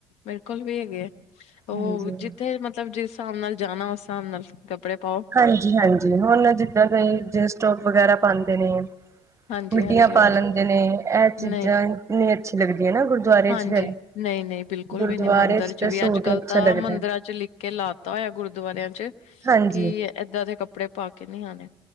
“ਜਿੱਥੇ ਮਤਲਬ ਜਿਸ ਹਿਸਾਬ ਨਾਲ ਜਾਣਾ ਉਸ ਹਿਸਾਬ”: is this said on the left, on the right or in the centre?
Left